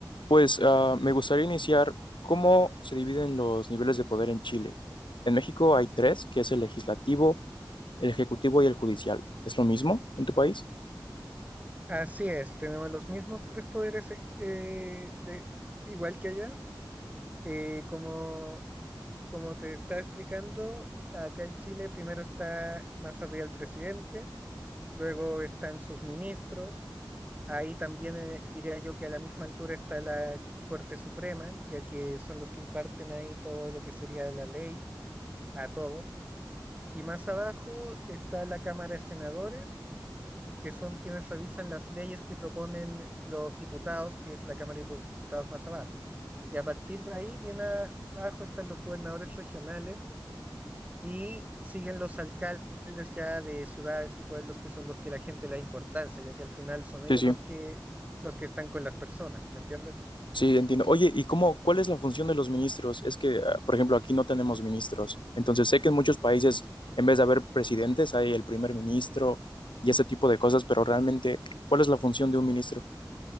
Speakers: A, on the left (about 85°); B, on the right (about 20°).
A: Pues ah, me gustaría iniciar cómo se dividen los niveles de poder en Chile. En México hay tres, que es el legislativo, el ejecutivo y el judicial. ¿Es lo mismo en tu país?
B: Así es, tenemos los mismos tres poderes, ex- eh, de- igual que allá. Eh, como, como te estaba explicando, acá en Chile primero está más arriba el presidente, luego están sus ministros, ahí también eh, diría yo que a la misma altura está la Corte Suprema, ya que son los que imparten ahí todo lo que sería la ley a todos. Y más abajo está la Cámara de Senadores que son quienes revisan las leyes que proponen los diputados, que es la Cámara de Diputados más abajo. Y a partir de ahí, bien abajo están los gobernadores regionales y siguen los alcaldes ya de ciudades y pueblos que son los que la gente le da importancia, ya que al final son ellos
A: Sí, sí.
B: los que los que están con las personas, ¿me entiendes?
A: Sí, entiendo. Oye, ¿y cómo, cuál es la función de los ministros? Es que, ah, por ejemplo, aquí no tenemos ministros. Entonces, sé que en muchos países, en vez de haber presidentes, hay el primer ministro y ese tipo de cosas, pero realmente, ¿cuál es la función de un ministro?